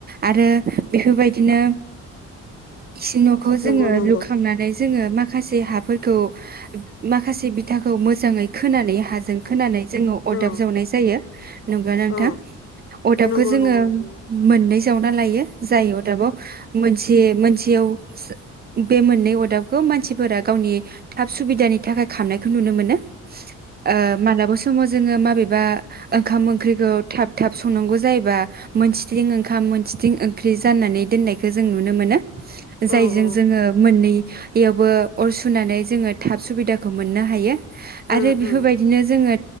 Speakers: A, on the right (about 35°); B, on the left (about 45°).
A: आरो बेफोरबायदिनो। इसिं न'खौ जोङो
B: नंगौ नंगौ
A: लुखांनानै जोङो माखासे हाफोर खौ माखासे बिथाखौ मोजाङै खोनानै हाजों खोनानै जोङो अरदाब
B: औ
A: जावनाय जायो नंगौ नोंथां
B: औ
A: अरदाबखौ
B: नंगौ
A: जोङो
B: नंगौ नंगौ उम
A: मोननै जाव ना लायो जाय अदाबाव मोनसे मोनसेयाव बे मोननै अदाबखौ मानसिफोरा गावनि थाब सुबिदानि थाखाय खामनायखौ नुनो मोनो। ओ मालाबा समाव जोङो माबेबा ओंखाम -ओंख्रिखौ थाब -थाब संनांगौ जायोबा मोनसेथिं ओंखाम मोनसेथिं ओंख्रि जाननानै दोननायखौ जों नुनो मोनो। जायजों
B: औ औ
A: जोङो मोननैयावबो अर सुनानै जोङो थाब सुबिदाखौ मोननो हायो। आरो
B: उम
A: बेफोरबायदिनो
B: उम
A: जोङो